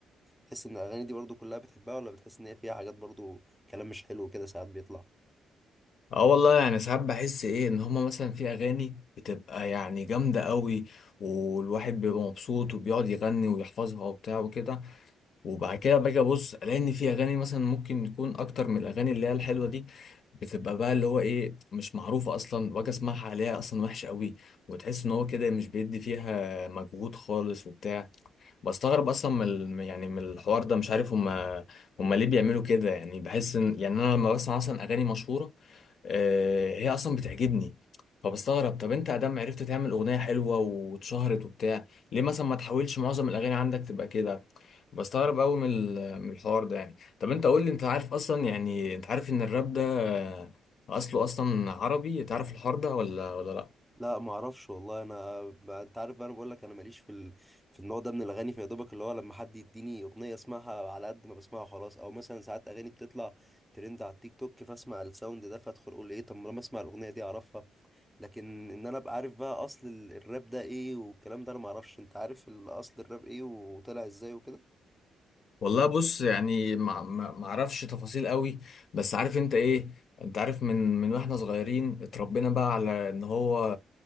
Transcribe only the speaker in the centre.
تحس ان الاغاني دي برضو كلها بتحبها ولا بتحس ان هي فيها حاجات برضو كلام مش حلو كده ساعات بيطلع
لا ما اعرفش والله انا ب- انت عارف بقى انا بقول لك انا ماليش في ال... في النوع ده من الاغاني فيا دوبك اللي هو لما حد يديني اغنيه اسمعها على قد ما بسمعها خلاص او مثلا ساعات اغاني بتطلع ترند على التيك توك فاسمع الساوند ده فادخل اقول ايه طب ما لما اسمع الاغنيه دي اعرفها لكن ان انا ابقى عارف بقى اصل ال- الراب ده ايه والكلام ده انا ما اعرفش انت عارف الاصل الراب ايه وطلع ازاي وكده